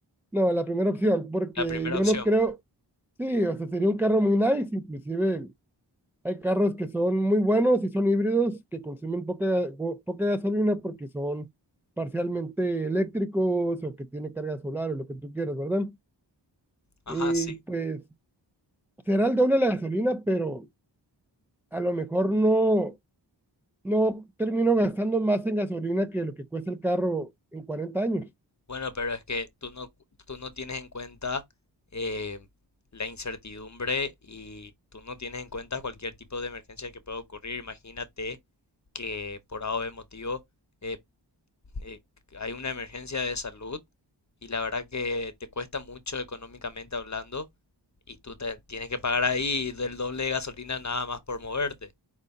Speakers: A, in the centre; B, on the left.
A: No, la primera opción, porque
B: la primera
A: yo
B: opción.
A: no creo, sí, o sea, sería un carro muy nice, inclusive hay carros que son muy buenos y son híbridos que consumen poca, go- poca gasolina porque son parcialmente eléctricos o que tienen carga solar o lo que tú quieras, ¿verdad?
B: Ajá,
A: Y
B: sí.
A: pues será el doble de la gasolina, pero a lo mejor no, no termino gastando más en gasolina que lo que cuesta el carro en 40 años.
B: Bueno, pero es que tú no, tú no tienes en cuenta eh, la incertidumbre y tú no tienes en cuenta cualquier tipo de emergencia que pueda ocurrir. Imagínate que por A o B motivo eh, eh, hay una emergencia de salud y la verdad que te cuesta mucho económicamente hablando y tú te- tienes que pagar ahí del doble de gasolina nada más por moverte.